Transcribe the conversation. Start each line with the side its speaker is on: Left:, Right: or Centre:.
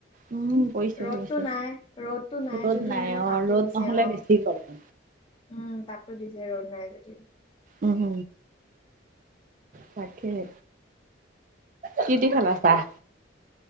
Right: উম পৰিছে
Left: ৰ'দটো
Right: পৰিছে।
Left: নাই ৰ'দটো নাই
Right: ৰ'দ
Left: যদিও মানে
Right: অ'
Left: তাপটো
Right: ৰ'দ
Left: দিছে
Right: নহ'লে
Left: অ'।
Right: বেছি গৰম।
Left: উম, তাপতো দিছে ৰ'দ নাই যদিও।
Right: উম, তাকেই। কি দি খালা চাহ।